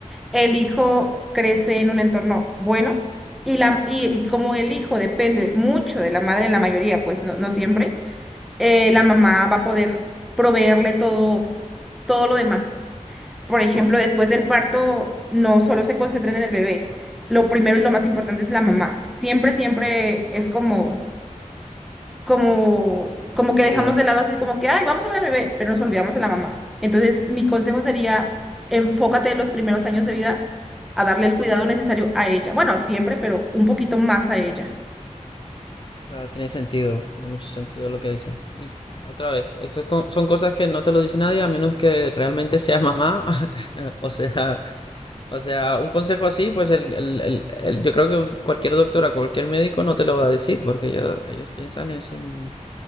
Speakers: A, in the centre; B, on the left (about 40°).
A: el hijo crece en un entorno bueno y, la, y, y como el hijo depende mucho de la madre en la mayoría, pues no, no siempre, eh,
B: Sí.
A: la mamá va a poder proveerle todo, todo lo demás. Por ejemplo, después del parto, no solo se concentren en el bebé, lo primero y lo más importante es la mamá. Siempre, siempre es como como, como
B: Prioridades.
A: que dejamos de lado así como que, ay, vamos a ver al bebé, pero nos olvidamos de la mamá. Entonces, mi consejo sería, s- enfócate en los primeros años de vida a darle el cuidado necesario a ella. Bueno, siempre, pero un poquito más a ella.
B: Claro, tiene sentido, tiene mucho sentido lo que dices. Y t- otra vez, eso es co- son cosas que no te lo dice nadie a menos que realmente seas mamá. <laughs> O sea, o sea, un consejo así, pues el, el- el- el- yo creo que un- cualquier doctora, cualquier médico no te lo va a decir, porque ellos, ellos piensan es en,